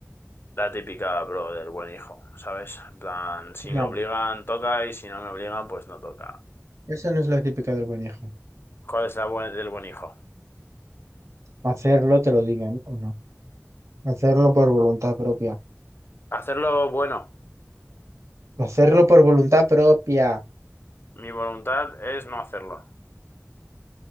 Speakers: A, on the left (about 45°); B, on the right (about 70°).
A: La típica, bro, del buen hijo, ¿sabes? En plan, si
B: no,
A: me obligan, toca, y si no me obligan, pues no toca.
B: eso no es la típica del buen hijo.
A: ¿Cuál es la buen- del buen hijo?
B: Hacerlo, te lo digan o no. Hacerlo por voluntad propia.
A: Hacerlo bueno.
B: Hacerlo por voluntad propia.
A: Mi voluntad es no hacerlo.